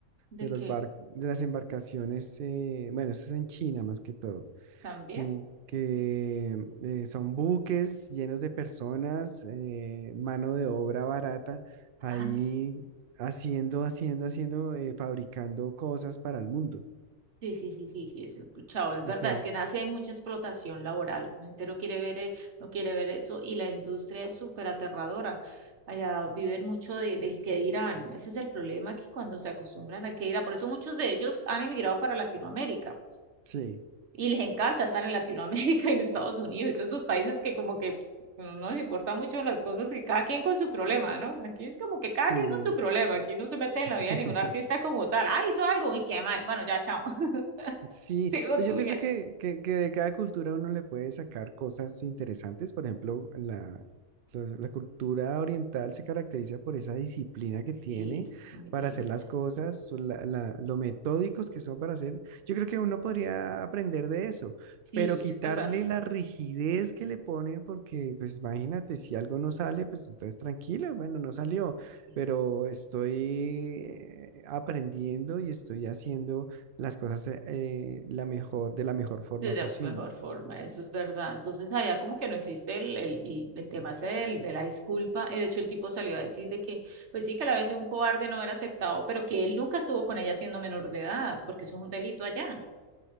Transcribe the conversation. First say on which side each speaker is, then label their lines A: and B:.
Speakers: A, on the right; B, on the right.
A: de
B: de los
A: qué
B: barcos, de las embarcaciones, eh, bueno, eso es en China más que todo,
A: también.
B: eh, que eh, son buques llenos de personas, eh, mano de obra barata, ahí
A: Ah, sí,
B: haciendo, haciendo, haciendo, eh, fabricando cosas para el mundo.
A: sí, sí, sí, sí, sí, eso he escuchado, es verdad,
B: O sea,
A: es que en Asia hay mucha explotación laboral, la gente no quiere ver, eh, no quiere ver eso y la industria es súper aterradora. Allá viven mucho de- del que dirán, ese es el problema que cuando se acostumbran al que dirán, por eso muchos de ellos han emigrado para Latinoamérica
B: sí,
A: Y les encanta estar en Latinoamérica <laughs> y en Estados Unidos y todos esos países que como que no nos importan mucho las cosas que cada quien con su problema, ¿no? Aquí es como que
B: sí.
A: cada quien con su problema, aquí no se mete en
B: <laughs>
A: la vida de ningún artista como tal. Ah, hizo algo y qué mal. Bueno, ya, chao. <laughs>
B: Sí,
A: Sigo
B: pues
A: tuya.
B: yo pienso que, que, que de cada cultura uno le puede sacar cosas interesantes. Por ejemplo, la, los- la cultura oriental se caracteriza por esa disciplina que
A: Sí,
B: tiene
A: son mi
B: para
A: disciplina.
B: hacer las cosas, o la- la- lo metódicos que son para hacer. Yo creo que uno podría aprender de eso,
A: Sí,
B: pero quitarle
A: es verdad.
B: la rigidez que le ponen, porque pues imagínate, si algo no sale, pues entonces tranquilo, bueno, no salió,
A: Sí.
B: pero estoy eh, aprendiendo y estoy haciendo las cosas eh, eh, la mejor, de la mejor forma
A: De la
B: posible.
A: mejor forma, eso es verdad. Entonces, allá como que no existe el, el, el- el tema ese del- de la disculpa. Eh, De hecho, el tipo salió a decir de que, pues sí, que a la vez un cobarde no era aceptado, pero que él nunca estuvo con ella siendo menor de edad, porque eso es un delito allá.